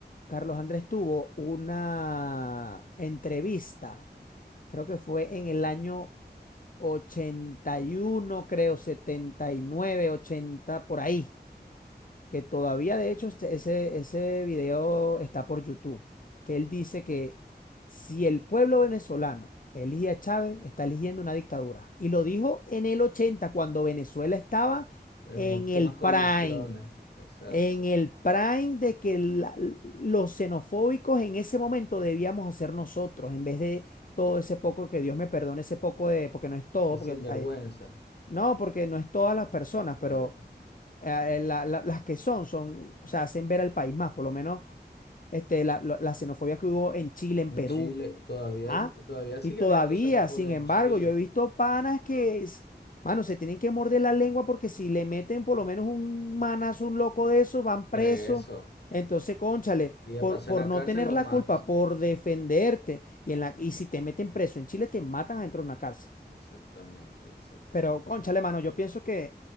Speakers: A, on the left; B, on the left.
A: Carlos Andrés tuvo una entrevista, creo que fue en el año 81 creo, 79 80 por ahí. que todavía de hecho este- ese, ese video está por YouTube, que él dice que si el pueblo venezolano elige a Chávez, está eligiendo una dictadura. Y lo dijo en el 80 cuando Venezuela estaba
B: en
A: en
B: óptimas
A: el prime,
B: condiciones. Exacto.
A: en el prime de que la- los xenofóbicos en ese momento debíamos hacer nosotros, en vez de todo ese poco, que Dios me perdone ese poco de, porque no es todo,
B: Es
A: porque
B: sinvergüenza,
A: hay- no, porque no es todas las personas, pero
B: claro.
A: eh, eh, la- la- las que son, son, o sea, hacen ver al país más, por lo menos este, la, lo- la xenofobia que hubo en Chile, en
B: En
A: Perú,
B: Chile, todavía,
A: ¿ah?
B: todavía sigue
A: Y todavía,
B: habiendo xenofobia
A: sin embargo,
B: en Chile.
A: yo he visto panas que, es- mano, se tienen que morder la lengua porque si le meten por lo menos un manazo, un loco de eso, van presos.
B: Preso.
A: Entonces, cónchale,
B: Y de
A: por,
B: paso
A: por
B: en la
A: no
B: cárcel
A: tener
B: los
A: la
B: matan.
A: culpa, por defenderte, y, en la, y si te meten preso en Chile, te matan adentro de una cárcel.
B: Exactamente, exactamente.
A: Pero, cónchale, mano, yo pienso que,